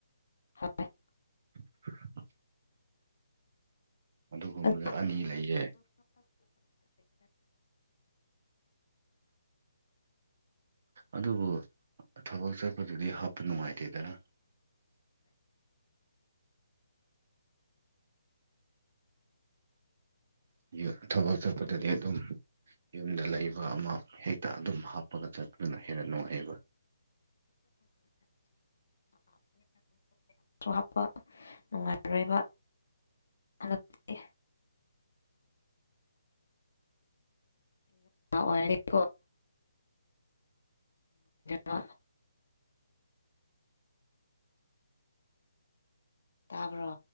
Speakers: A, on the left; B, on the right.
A: ꯍ <unintelligible>
B: <unintelligible> ꯑꯗꯨꯒ
A: ꯑ
B: ꯑꯅꯤ ꯂꯩꯔꯦ ꯑꯗꯨꯕꯨ ꯊꯕꯛ ꯆꯠꯄꯗꯨꯗꯤ ꯍꯥꯞꯄ ꯅꯨꯡꯉꯥꯏꯇꯦꯗꯅ ꯌ ꯊꯕꯛ ꯆꯠꯄꯗꯗꯤ ꯑꯗꯨꯝ ꯌꯨꯝꯗ ꯂꯩꯕ ꯑꯃ ꯍꯦꯛꯇ ꯑꯗꯨꯝ ꯍꯥꯞꯄꯒ ꯆꯠꯄꯗꯨꯅ ꯍꯦꯟꯅ ꯅꯨꯡꯉꯥꯏꯑꯦꯕ
A: ꯍꯥꯄ ꯅꯨꯡꯉꯥꯏꯔꯣꯏꯕ ꯍꯟꯗꯛꯇꯤ ꯑꯣꯏꯔꯦꯀꯣ ꯎꯝ ꯇꯥꯕꯣ